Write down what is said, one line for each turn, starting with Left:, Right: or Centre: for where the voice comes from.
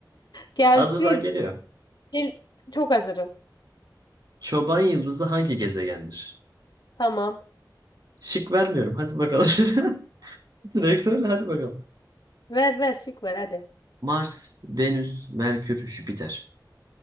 Left: Gelsin.
Right: Hazırsan geliyor.
Left: Gel. Çok hazırım.
Right: Çoban yıldızı hangi gezegendir?
Left: Tamam.
Right: Şık vermiyorum. Hadi bakalım. <laughs> Direkt söyle hadi bakalım.
Left: Ver ver şık ver hadi.
Right: Mars, Venüs, Merkür, Jüpiter.